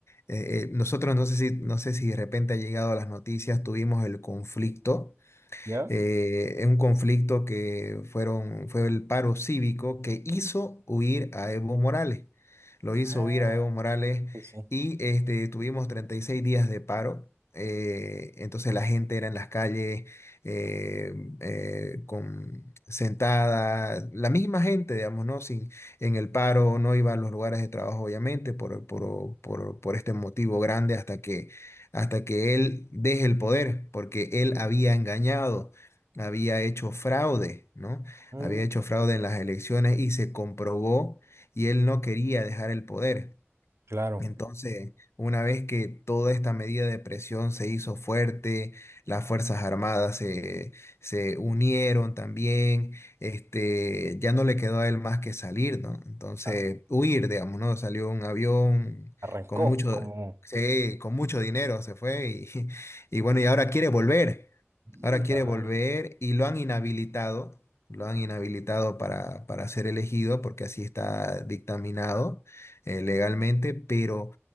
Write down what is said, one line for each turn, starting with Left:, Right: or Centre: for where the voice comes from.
Left: Eh, eh, nosotros no sé si, no sé si de repente ha llegado a las noticias, tuvimos el conflicto
Right: ¿Ya?
Left: eh, en un conflicto que fueron, fue el paro cívico que hizo huir a Evo Morales. Lo hizo
Right: Ah,
Left: huir a Evo Morales
Right: pues sí.
Left: y este, tuvimos 36 días de paro. eh, entonces la gente era en las calles eh, eh, con, sentada, la misma gente, digamos, ¿no? Sin, en el paro, no iba a los lugares de trabajo, obviamente, por, por, por, por este motivo grande hasta que, hasta que él deje el poder, porque él había engañado había hecho fraude, ¿no?
Right: Mm,
Left: Había hecho fraude en las elecciones y se comprobó y él no quería dejar el poder.
Right: claro,
Left: Entonces, una vez que toda esta medida de presión se hizo fuerte, las Fuerzas Armadas se, se unieron también, este, ya no le quedó a él más que salir, ¿no? Entonces,
Right: claro.
Left: huir, digamos, ¿no? Salió un avión
Right: Arrancó
Left: con mucho,
Right: como...
Left: sí, con mucho dinero, se fue y, <laughs> y bueno, y ahora quiere volver,
Right: Mira,
Left: ahora quiere
Right: weón.
Left: volver y lo han inhabilitado, lo han inhabilitado para, para ser elegido porque así está dictaminado eh, legalmente, pero